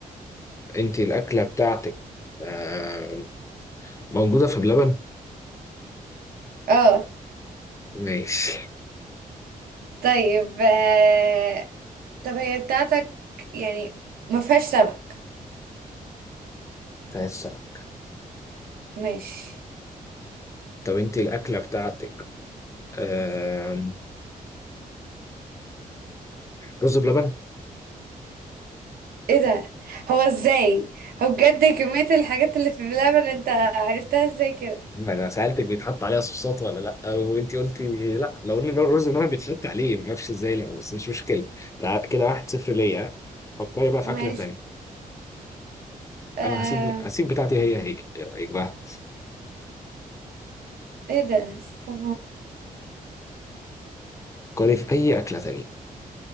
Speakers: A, on the left; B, on the right.
A: انت الاكله بتاعتك آه، موجوده في بلبن
B: اه
A: ماشي
B: طيب آه... طب هي بتاعتك يعني ما فيهاش سمك
A: فاسك
B: ماشي
A: طب انت الاكله بتاعتك آه، رز بلبن
B: ايه ده هو ازاي هو بجد كمية الحاجات اللي في اللبن انت عرفتها ازاي كده
A: ما انا سالتك بيتحط عليها صوصات ولا لا وانت قلتي لا لو قلنا لو الرز بلبن بيتحط عليه ما اعرفش ازاي لا بس مش مشكله تع- كده واحد صفر ليا فكري بقى في
B: ماشي
A: اكله تانية
B: آه...
A: انا هسيب هسيب بتاعتي هي هي ايه رايك بقى
B: ايه ده استنى
A: فكري في اي اكله تانية